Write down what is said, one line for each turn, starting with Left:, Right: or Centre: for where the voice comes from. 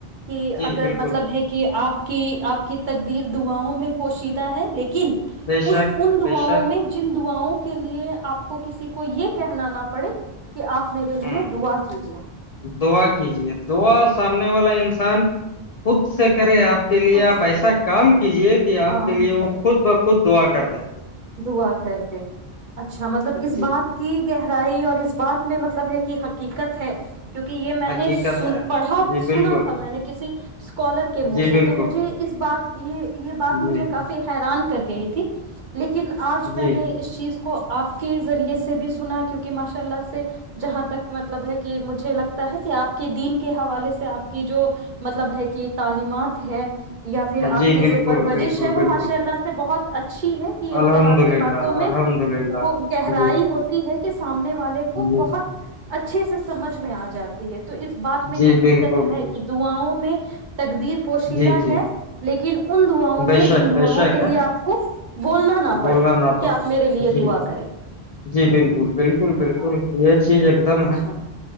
Right: کہ
Left: جی
Right: اگر
Left: بالکل
Right: مطلب ہے کہ آپ کہ آپ کی تقدیر دعاؤں میں پوشیدہ ہے لیکن کن
Left: بے
Right: اس
Left: شک
Right: ان دعاؤوں
Left: بے شک
Right: میں جن دعاؤوں کو لیے آپ کو کسی کو یہ کہنا نہ پڑے کہ آپ میرے
Left: ہاں
Right: لیے دعا کیجے
Left: دعا کیجیے دعا سامنے والا انسان خود سے
Right: ہاں
Left: کریں
Right: ہاں
Left: آپ کے لیے
Right: خود
Left: آپ
Right: سے
Left: ایسا کام کیجیے کہ آپ
Right: کام
Left: کے لیے
Right: کریں
Left: وہ خود بخود دعا <unintelligible>
Right: دعا کر دے اچھا مطلب اس
Left: جی
Right: بات کی گہرائی اور اس بات میں مطلب ہے کہ حقیقت ہے کیوںکہ یہ میں
Left: حقیقت
Right: نےن
Left: ہے
Right: پڑھا
Left: جی بالکل
Right: سنا تھا میں نے کسی اسکالر کے منہ
Left: جی
Right: سے
Left: بالکل
Right: تو مجھے اس بات یہ یہ بات مجھے
Left: جی
Right: کافی حیران کر گئی تھی لیکن آج
Left: جی
Right: میں نے اس چیز کو آپ کے ذریعے سے بھی سنا کیوںکہ ماشاء اللہ سے جہاں تک مطلب ہے کہ مجھے لگتا ہے کہ آپ کے دین کے حوالے سے آپ کی جو مطلب ہے کہ تعلیمات ہے یا پھر
Left: ہاں جی
Right: آپ کی
Left: بالکل
Right: جو پرورش
Left: بالکل
Right: ہے وہ
Left: بالکل
Right: ماشاء اللہ سے بہت اچھی ہے مطلب
Left: الحمد
Right: آپ کے
Left: للہ
Right: باتوں میں
Left: الحمد للہ
Right: وہ گہرائی
Left: جی
Right: ہوتی ہے کہ سامنے والے کو
Left: جی
Right: بہت اچھے سے سمجھ میں آ جاتی ہے تو اس بات میں
Left: جی
Right: حقیقت
Left: بالکل
Right: ہے کہ دعاؤں <unintelligible> تقدیر پوشیدہ
Left: جی جی
Right: ہے لیکن ان دعاؤوں
Left: بے
Right: میں
Left: شک
Right: جن دعاؤں
Left: بے شک
Right: کے
Left: ہے
Right: لیے آپ کو بولنا نہ
Left: بولنا
Right: پڑے
Left: نہ پڑ
Right: کہ آپ میرے لیے
Left: جی
Right: دعا کریں
Left: جی
Right: ہوں
Left: بالکل
Right: ہوں
Left: بالکل بالکل
Right: ہاں
Left: یہ چیز ایک دم
Right: اچھا
Left: ہے